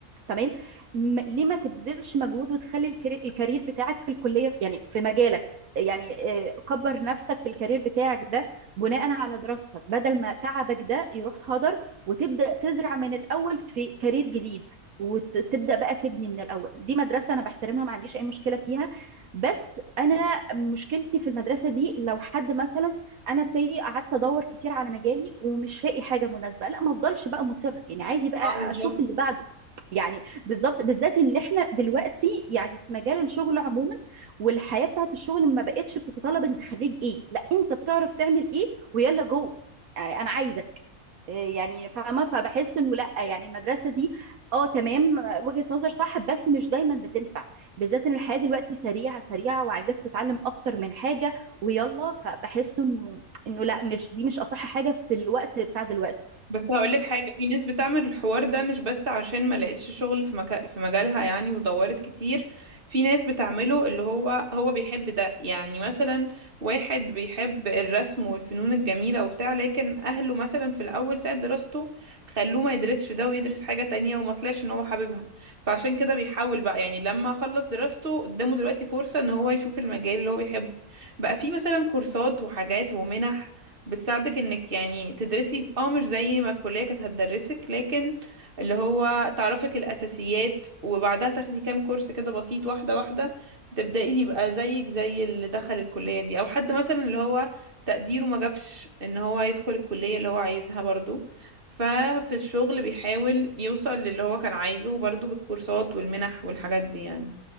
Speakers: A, on the right; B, on the right.
A: تمام م- ليه ما تبذلش مجهود وتخلي الكري- الكارير بتاعك في الكلية يعني في مجالك يعني آه، كبر نفسك في الكارير بتاعك ده بناء على دراستك بدل ما تعبك ده يروح هدر وتبدأ تزرع من الأول في كارير جديد وتبدأ بقى تبني من الأول دي مدرسة أنا بحترمها ما عنديش أي مشكلة فيها بس أنا مشكلتي في المدرسة دي لو حد مثلا أنا سي قعدت أدور كتير على مجالي ومش لاقي حاجة مناسبة لا ما أفضلش بقى مصر يعني عادي بقى
B: اه بالظبط
A: أشوف اللي بعده يعني بالظبط بالذات ان احنا دلوقتي يعني في مجال الشغل عموما والحياه بتاعت الشغل ما بقتش بتتطلب انت خريج ايه لا انت بتعرف تعمل ايه ويلا جو آه، انا عايزك آه، يعني فاهمه فبحس انه لا يعني المدرسه دي اه تمام آه، وجهه نظر صح بس مش دايما بتنفع بالذات ان الحياه دلوقتي سريعه سريعه وعايزاك تتعلم اكتر من حاجه ويلا فبحس انه انه لا مش دي مش اصح حاجه في الوقت بتاع دلوقتي
B: بس هقولك حاجة في ناس بتعمل الحوار ده مش بس عشان ما لقيتش شغل في مكا... في مجالها يعني ودورت كتير في ناس بتعمله اللي هو هو بيحب ده يعني مثلا واحد بيحب الرسم والفنون الجميلة وبتاع لكن أهله مثلا في الأول ساعة دراسته خلوه ما يدرسش ده ويدرس حاجة تانية وما طلعش إن هو حاببها فعشان كده بيحاول بقى يعني لما خلص دراسته قدامه دلوقتي فرصة إن هو يشوف المجال اللي هو بيحبه بقى في مثلا كورسات وحاجات ومنح بتساعدك انك يعني تدرسي اه مش زي ما الكلية كانت هتدرسك لكن اللي هو تعرفك الأساسيات وبعدها تاخدي كام كورس كده بسيط واحدة واحدة تبدأي يبقى زيك زي اللي دخل الكلية دي أو حد مثلا اللي هو تقديره ما جابش ان هو يدخل الكلية اللي هو عايزها برضو ففي الشغل بيحاول يوصل للي هو كان عايزه برضو بالكورسات والمنح والحاجات دي يعني